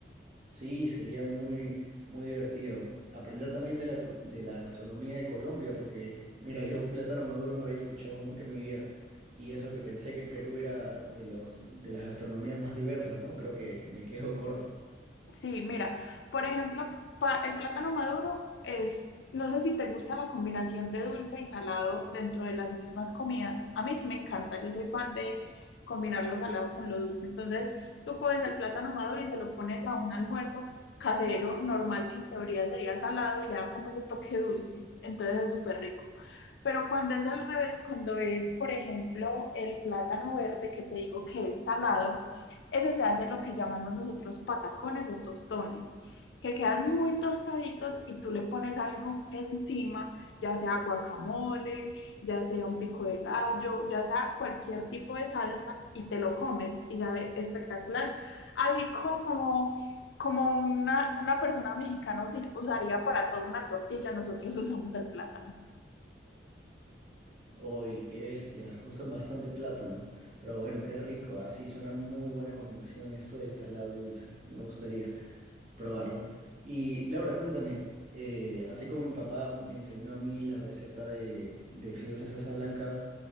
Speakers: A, on the right; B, on the left.
A: Sí, sería muy, muy divertido. Aprender también de la, cul- de la gastronomía de Colombia, porque mira, yo plátano maduro no había escuchado nunca en mi vida. Y eso que pensé que Perú era de los, de las gastronomías más diversas, ¿no? Creo que me quedo corto.
B: Sí, mira, por ejemplo, pa- el plátano maduro es, no sé si te gusta la combinación de dulce y salado dentro de las mismas comidas. A mí sí me encanta, yo soy fan de combinar lo salado con lo dulce. Entonces, tú coges el plátano maduro y se lo pones a un almuerzo casero normal que en teoría sería salado y le da como ese toque dulce. Entonces es súper rico. Pero cuando es al revés, cuando es, por ejemplo, el plátano verde que te digo que es salado, ese se hace lo que llamamos nosotros patacones o tostones, que quedan muy tostaditos y tú le pones algo encima, ya sea guacamole, ya sea un pico de gallo, ya sea cualquier tipo de salsa y te lo comes y sabe espectacular. Así como como una, una persona mexicana usi- usaría para todo una tortilla, nosotros <laughs> usamos el plátano.
A: Uy, qué bestia, usan bastante plátano. Pero bueno, qué rico, así suena muy buena combinación eso de salado y dulce. Me gustaría. probarlo. Y Laura, cuéntame, eh, así como mi papá me enseñó a mí la receta de, de fideos en salsa blanca,